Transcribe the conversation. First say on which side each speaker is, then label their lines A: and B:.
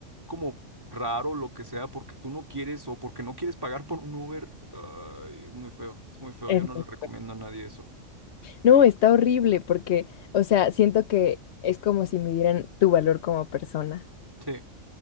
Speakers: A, on the right; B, on the left.
A: como raro, lo que sea, porque tú no quieres o porque no quieres pagar por un Uber. ay, es muy feo, es muy feo.
B: Eso.
A: Yo no le recomiendo a nadie eso.
B: No, está horrible porque, o sea, siento que es como si midieran tu valor como persona.
A: Sí,